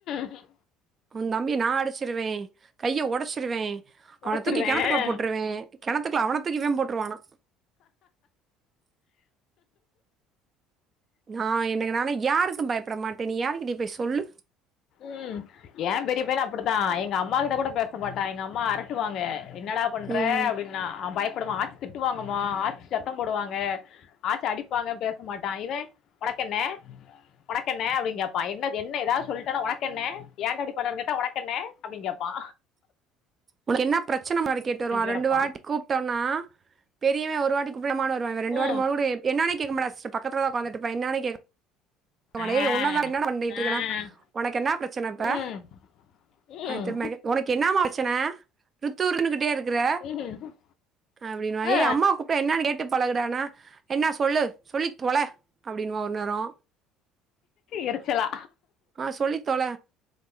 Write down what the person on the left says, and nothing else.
ம்
ஒடச்சிருவேன்
ம் ஏம் பெரிய பையனு அப்படித்தா எங்க அம்மா கிட்ட கூட பேசமாட்டா எங்கம்மா அரட்டுவாங்க என்னடா பன்றே
அப்டின்னா பயப்படுவா ஆச்சி திட்டுவாங்கம்மா ஆச்சி சத்தம் போடுவாங்க ஆச்சி அடிப்பாங்க பேசமாட்டா இவ உனக்கென்ன ஒனக்கென்ன அப்படிங்கேப்பா என்ன என்ன ஏதாது சொல்ட்டேனா ஒனக்கென்ன ஏன்டா இப்டி பண்றேங்கேட்டா ஒனக்கென்ன அப்டிங்கேப்பா
கெடப்பா
ம்
ஆ
ஆ
ம் ம்
ம்
ஆ
எரிச்சலா